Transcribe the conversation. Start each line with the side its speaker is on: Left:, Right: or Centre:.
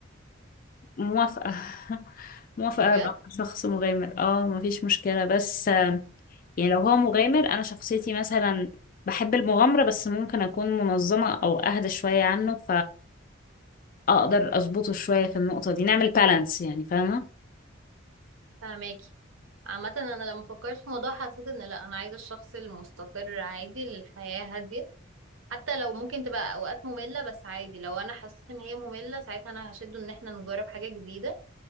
Left: موافقة <laughs> موافقة
Right: بجد
Left: أبقى مع شخص مغامر اه مفيش مشكلة بس آم، يعني لو هو مغامر أنا شخصيتي مثلا بحب المغامرة بس ممكن أكون منظمة أو أهدى شوية عنه فأقدر أظبطه شوية في النقطة دي نعمل بالانس يعني فاهمة
Right: فاهماكي عامة أنا لما فكرت في الموضوع حسيت إن لأ أنا عايزة الشخص المستقر عادي للحياة هادية حتى لو ممكن تبقى أوقات مملة بس عادي لو أنا حسيت إن هي مملة ساعتها أنا هشده إن احنا نجرب حاجة جديدة